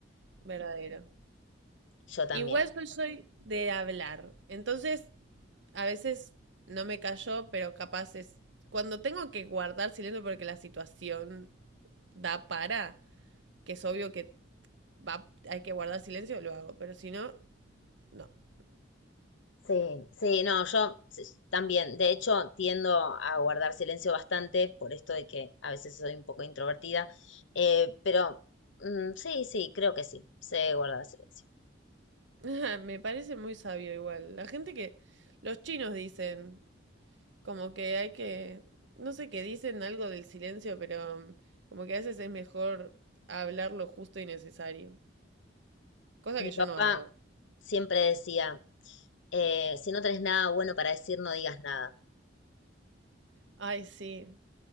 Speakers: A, on the right; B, on the left.
A: Verdadero.
B: Yo también.
A: Igual yo soy de hablar, entonces a veces no me cayó, pero capaz es cuando tengo que guardar silencio porque la situación da para, que es obvio que va, hay que guardar silencio, lo hago, pero si no, no. <laughs>
B: Sí, sí, no, yo s- también, de hecho, tiendo a guardar silencio bastante por esto de que a veces soy un poco introvertida, eh, pero mm, sí, sí, creo que sí, sé guardar silencio.
A: Me parece muy sabio igual. La gente que los chinos dicen, como que hay que, no sé qué dicen algo del silencio, pero um, como que a veces es mejor hablar lo justo y necesario, cosa
B: Mi
A: que yo
B: papá
A: no hago.
B: siempre decía, eh, si no tenés nada bueno para decir, no digas nada.
A: Ay, sí.